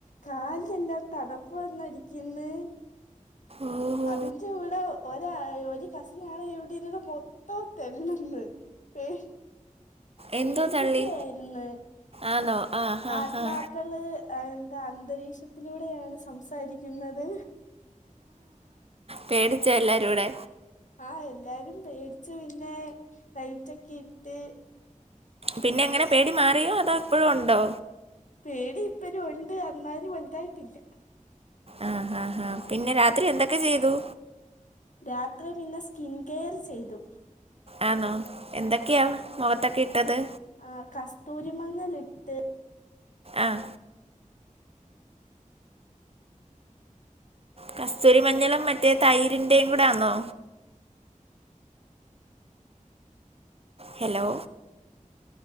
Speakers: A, on the left; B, on the right.
A: കാലിലെല്ലാം തടപ്പ് വന്നടിക്ക്‌ന്ന്.
B: ഓഹോ
A: അതിന്റെ വ്ടെ ഓര ഒരു കസ്നാണ് ഇവിടെര്ന്ന് മൊതോം തെല്ലന്ന് പേ
B: എന്തോ
A: പേടിപ്പിക്കുവായിരുന്നു
B: തള്ളി ആണോ ആ ഹാ
A: ആത്മാക്കള്
B: ഹാ
A: എന്താ അന്തരീക്ഷത്തിലൂടെയാണ് സംസാരിക്കുന്നത്.
B: പേടിച്ച എല്ലാരൂടെ.
A: ആഹ് എല്ലാരും പേടിച്ച് പിന്നെ ലൈറ്റൊക്കെ ഇട്ട്.
B: പിന്നെങ്ങനെ പേടി മാറിയോ? അതോ ഇപ്പോഴും ഉണ്ടോ?
A: പേടി ഇപ്പരും ഒണ്ട് എന്നാലും വലുതായിട്ടില്ല.
B: ആ, ആ, ഹാ പിന്നെ രാത്രി എന്തൊക്കെ ചെയ്തു?
A: രാത്രി പിന്നെ സ്കിൻകെയർ ചെയ്തു.
B: ആന്നൊ എന്തൊക്കെയാ മുഖത്തൊക്കെ ഇട്ടത്?
A: ആ കസ്തൂരിമഞ്ഞലിട്ട്.
B: ആഹ്. കസ്തൂരി മഞ്ഞളും മറ്റേ തൈരിന്റേം കൂടെ ആന്നോ? Hello?